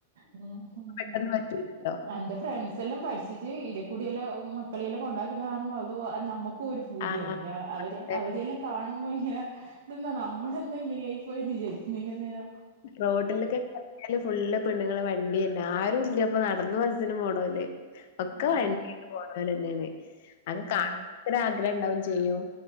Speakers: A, on the right; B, on the left.
A: ഉം
B: പെട്ടെന്ന് പറ്റൂലല്ലോ
A: അന്റെ ഫ്രണ്ട്സ് ഇതെല്ലാം പഠിച്ചിട്ട് ഇതേക്കൂടിയെല്ലാം മക്കളെയെല്ലാം കൊണ്ടാക്കുന്നത് കാണുമ്പോ അത നമ്മുക്ക് ഒരു പൂതിയാണ്
B: ആഹ്
A: നിന്റ അവര്
B: അതെ
A: അവരെയെല്ലാം കാണുമ്പോ ഇങ്ങനെ ഇതെന്നാ നമ്മളന്താ ഇങ്ങനെയായി പോയെന്ന് വിചാരിക്കും നിന്റെ നേരം
B: റോഡിലൊക്കെ ഫുള്ള് പെണ്ണുങ്ങളെ വണ്ടിയെന്നെ ആരും ഇല്ലപ്പൊ നടന്ന് ബസ്സ്‌ന് പോണോല് ഒക്കെ
A: ആ
B: വണ്ടീല്
A: ആ
B: പോണോലെന്നേണ് അത്
A: അതെ
B: കാണു മ്പോ ആഗ്രഹംണ്ടാവും ചെയ്യും